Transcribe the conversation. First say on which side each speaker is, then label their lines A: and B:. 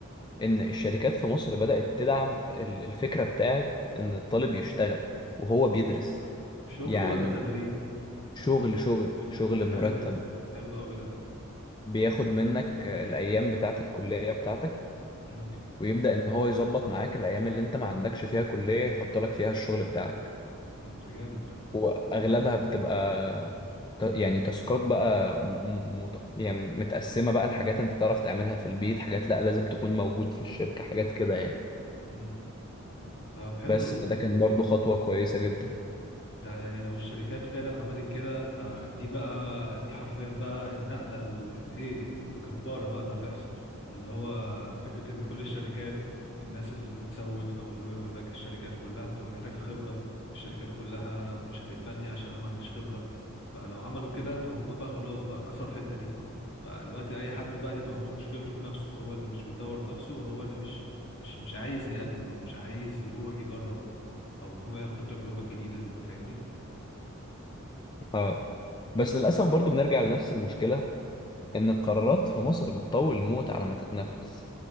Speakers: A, on the left (about 20°); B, on the left (about 55°).
A: ان الشركات في مصر بدات تدعم ال- الفكره بتاعت ان الطالب يشتغل وهو بيدرس
B: شغل
A: يعني
B: ولا تدريب
A: شغل شغل شغل
B: ده
A: بمرتب
B: حلو ده حلو قوي ده
A: بياخد منك آه، الايام بتاعه الكليه بتاعتك
B: امم
A: ويبدا ان هو يظبط معاك الايام اللي انت ما عندكش فيها كليه يحط لك فيها الشغل بتاعك
B: أمم، ده جامد ده
A: واغلبها بتبقى ت- يعني تاسكات بقى م- م- يعني متقسمه بقى لحاجات انت تعرف تعملها في البيت حاجات لا لازم تكون موجود في الشركه حاجات كده يعني
B: امم طب حلو
A: بس
B: الموضوع
A: فده كان برضو
B: ده
A: خطوه كويسه جدا
B: ده يعني لو الشركات فعلا عملت كده فدي بقى دي حرفيا بقى النقلة ال- الايه الجبارة بقى اللي هتحصل اللي هو فكرة ان كل الشركات الناس اللي بتسوف او اللي هو يقول لك الشركات كلها بتبقى محتاجة خبرة الشركات كلها مش هتقبلني عشان انا ما عنديش خبرة فلو عملوا كده فهم بقى خلاص بقى كسروا الحتة دي بقى دلوقتي اي حد بقى يبقى هو مشكلته في نفسه هو اللي مش بيطور نفسه هو اللي مش مش مش عايز يقدم او مش عايز يروح يجرب او ان هو ياخد التجربة الجديدة دي فاهمني
A: اه بس للاسف برضو بنرجع لنفس المشكله ان القرارات في مصر بتطول موت على ما تتنفذ